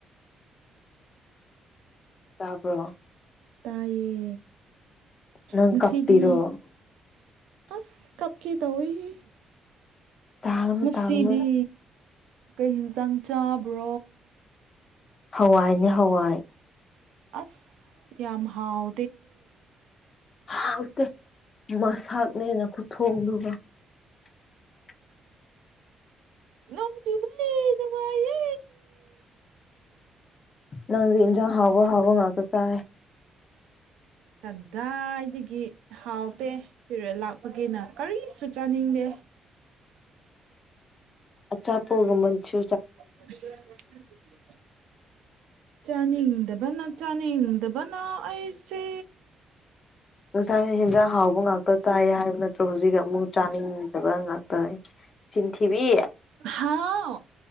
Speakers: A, on the left; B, on the right.
A: ꯇꯥꯕ꯭ꯔꯣ
B: ꯇꯥꯏꯌꯦ
A: ꯅꯪ
B: ꯉꯁꯤꯗꯤ
A: ꯀꯞꯄꯤꯔꯣ
B: ꯑꯁ ꯀꯞꯀꯦ ꯇꯧꯋꯦꯍꯦ
A: ꯇꯥꯒꯅꯨ
B: ꯉꯁꯤꯗꯤ
A: ꯇꯥꯒꯅꯨ
B: ꯀꯩ ꯌꯦꯟꯁꯥꯡ ꯆꯥꯕ꯭ꯔꯣ
A: ꯍꯋꯥꯏꯅꯦ ꯍꯋꯥꯏ
B: ꯑꯁ ꯌꯥꯝ ꯍꯥꯎ
A: ꯍꯥꯎꯇꯦ ꯃꯁꯛꯅꯦꯅ ꯈꯨꯊꯣꯡꯂꯨꯕ <unintelligible>
B: ꯅꯝꯖꯨꯃ ꯅꯨꯅꯨꯡꯃꯦ
A: ꯅꯪꯗꯤ ꯏꯟꯖꯥꯡ ꯍꯥꯎꯕ ꯍꯥꯎꯕ ꯉꯥꯛꯇ ꯆꯥꯏ
B: ꯀꯗꯥꯏꯗꯒꯤ ꯍꯥꯎꯇꯦ ꯐꯤꯔꯦ ꯂꯥꯛꯄꯒꯦꯅ ꯀꯔꯤꯁꯨ ꯆꯥꯅꯤꯡꯗꯦ
A: ꯑꯆꯥꯄꯣꯒꯨꯝꯟꯁꯨ
B: <unintelligible> ꯆꯥꯅꯤꯡꯗꯕꯅ ꯆꯥꯅꯤꯡꯗꯕꯅ ꯑꯩꯁꯦ
A: ꯉꯁꯥꯏ ꯍꯦꯟꯖꯥꯡ ꯍꯥꯎꯕ ꯉꯥꯛꯇ ꯆꯥꯏ ꯍꯥꯏꯕ ꯅꯠꯇ꯭ꯔꯣ ꯍꯧꯖꯤꯛꯒ ꯑꯃꯨꯛ ꯆꯥꯅꯤꯡꯗꯕ ꯉꯥꯛꯇ ꯆꯤꯟꯊꯤꯕꯤ
B: ꯍꯥꯎ